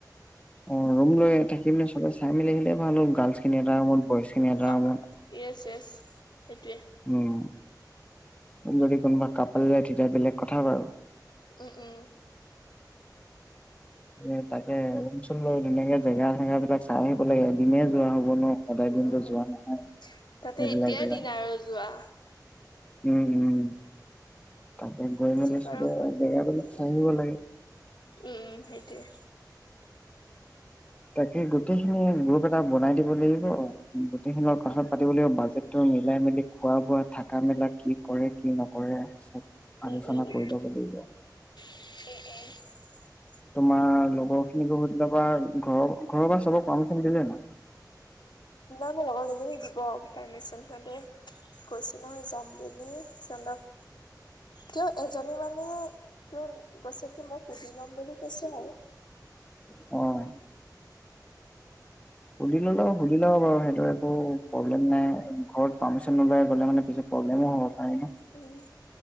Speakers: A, on the left (about 15°); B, on the left (about 85°).
A: অ' ৰুম লৈ থাকি পিনে চবে চাই মেলি আহিলে ভাল হ'ব, গাৰ্লছ খিনি এটা ৰুমত বইজ খিনি এটা
B: আ,
A: ৰুমত
B: য়েছ, য়েছ। সেইটোৱে
A: উম। যদি কোনোবা কাপাল যায় তেতিয়া বেলেগ কথা বাৰু।
B: উম, উম।
A: এ তাকে, ৰূম চূম লৈ ধুনীয়াকে জেগা চেগা বিলাক চাই আহিব লাগে, এদিনে যোৱা হব ন? সদায় দিনতো
B: অ',
A: যোৱা নাই
B: তাতে
A: সেইবিলাক
B: এতিয়াই
A: জেগা
B: দিন আৰু যোৱা।
A: উম, উম। তাকে গৈ
B: পিছত
A: মেলি চবে
B: আৰু ক'ত যোৱা
A: জেগাবিলাক
B: হ'ব?
A: চাই আহিব লাগে
B: উম, সেইটোৱে।
A: তাকে, গোটেইখিনি গ্ৰুপ এটা বনাই দিব লাগিব আৰু গোটেইখিনি লগত কথাটো পাতিব লাগিব, বাজেটটো মিলাই মেলি, খোৱা বোৱা, থাকা মেলা কি কৰে, কি নকৰে, চব
B: উম
A: আলোচনা
B: উম
A: কৰি ল'ব লাগিব।
B: <inaudible>
A: তোমাৰ লগৰ খিনিকো সুধি লবা, ঘৰৰ ঘৰৰ পৰা চবে পাৰ্মিচন দিলে নাই?
B: নাই মোৰ লগৰ কেইজনীক দিব পাৰ্মিচন, সিহঁতে কৈছে নহয় যাম বুলি চনক তেওঁ, এজনী মানে, তেওঁ কৈছে কি, মই সুধি ল'ম বুলি কৈছে আৰু
A: অ' সুধি ললে, সুধি লব বাৰু, সেইটো একো প্ৰব্লেম নাই। ঘৰত পাৰ্মিচন নোলোৱাকৈ গ'লে মানে পিছত প্ৰব্লেমো হ'ব পাৰে ন
B: উম,